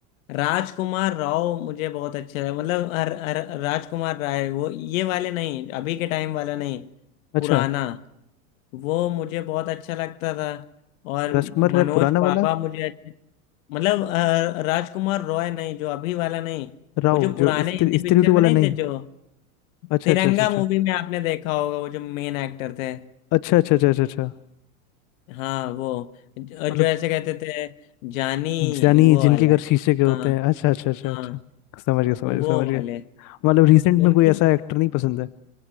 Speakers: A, on the left; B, on the left.
A: राजकुमार राव मुझे बहुत अच्छा है मतलब अर, अर, राजकुमार राय वो ये वाले नहीं अभी के टाइम वाला नहीं
B: अच्छा
A: पुराना वो मुझे बहुत अच्छा लगता था और
B: राजकुमार
A: मनोज
B: राय पुराना
A: बाबा
B: वाला
A: मुझे अच्छे मतलब अ, राजकुमार रॉय नहीं जो अभी वाला नहीं
B: राव
A: वो जो पुराने
B: जो स्त्री
A: हिंदी
B: स्त्री
A: पिक्चर
B: टू
A: में
B: वाला
A: नहीं
B: नहीं
A: थे जो
B: अच्छा
A: तिरंगा
B: अच्छा अच्छा अच्छा
A: मूवी में आपने देखा होगा वो जो मेन एक्टर थे
B: अच्छा अच्छा अच्छा अच्छा अच्छा।
A: हाँ वो जो,
B: मतलब
A: जो ऐसे कहते थे जानी
B: जानी
A: वो
B: जिनके
A: वाला
B: घर
A: है
B: शीशे के होते
A: हाँ
B: हैं अच्छा अच्छा अच्छा
A: हाँ
B: अच्छा समझ गया समझ
A: वो
B: गया
A: वो
B: समझ गया
A: वाले
B: मतलब रिसेंट
A: उनकी
B: में कोई ऐसा एक्टर नहीं पसंद है